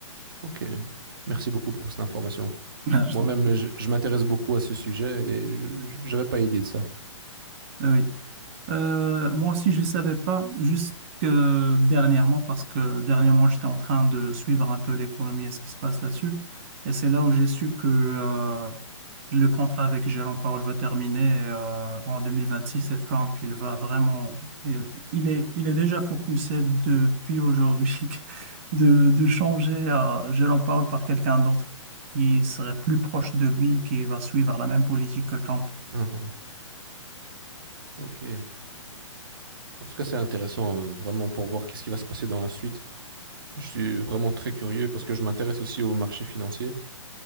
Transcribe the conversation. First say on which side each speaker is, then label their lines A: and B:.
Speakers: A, on the right (about 45°); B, on the right (about 25°).
A: Ok. Merci beaucoup pour cette information.
B: Ah,
A: Moi-même,
B: je t'en prie.
A: je, je m'intéresse beaucoup à ce sujet et je n'avais pas idée de ça.
B: Ah oui. Euh, moi aussi, je ne savais pas, juste que dernièrement, parce que dernièrement, j'étais en train de suivre un peu l'économie et ce qui se passe là-dessus. Et c'est là où j'ai su que euh, Le contrat avec Jérôme Powell va terminer et, euh, en 2026 et Trump, il va vraiment, il, il est, il est déjà focusé depuis aujourd'hui <laughs> de, de changer euh, Jérôme Powell par quelqu'un d'autre qui serait plus proche de lui et qui va suivre la même politique que Trump.
A: Uhum. Ok. En tout cas, c'est intéressant euh, vraiment pour voir qu'est-ce qui va se passer dans la suite. Je suis vraiment très curieux parce que je m'intéresse aussi au marché financier,